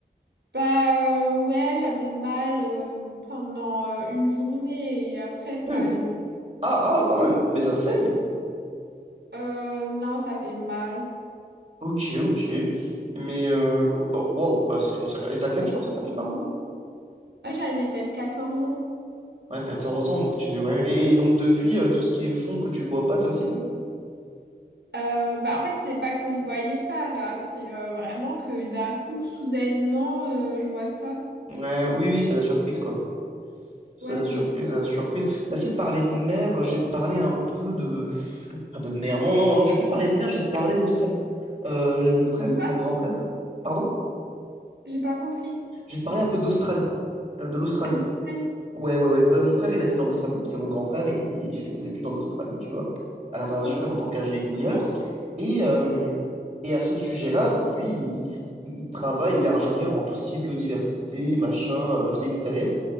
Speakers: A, on the right; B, on the right.
A: Bah euh, ouais, j'avais mal euh, pendant euh, une journée et après ça
B: Ouais.
A: allait mieux.
B: Ah, ah, quand même. Mais ça saigne.
A: Euh, non, ça fait mal.
B: Ok, ok. Mais, euh, bah, waouh, bah, c'est une sacrée... Et t'as quel âge quand ça t'arrive, pardon?
A: Ouais, j'avais peut-être 14 ans.
B: Ouais, 14 ans, donc tu... Ouais. Et, et donc, depuis, euh, tout ce qui est fond que tu vois pas, t'as aussi peur?
A: Euh, bah en fait, c'est pas que je voyais pas là, c'est euh, vraiment que d'un coup, soudainement, euh, je vois ça.
B: Ouais, oui, oui, c'est la surprise, quoi. C'est
A: Ouais,
B: la
A: c'est
B: surprise,
A: une... sur-
B: la surprise. Bah, c'est de parler de mer, euh, j'ai de parler un peu de... Enfin, de mer. Non, non, non, je vais plus te parler de mer, j'ai de parler d'Australie. Euh, mon frère,
A: Du quoi?
B: mon grand frère, pardon?
A: J'ai pas compris.
B: Je vais te parler un peu d'Australie, euh, de l'Australie.
A: Ah, d'Australie.
B: Ouais, ouais, ouais. Euh, mon frère, il habite en Australie. C'est mon grand frère. Il, il fait ses études en Australie, tu vois, à l'international
A: Ah, trop loin.
B: en tant qu'ingénieur. Et, euh, et à ce sujet-là, donc lui, il, il travaille, il est ingénieur en tout ce qui est biodiversité, machin, euh, vie extérieure.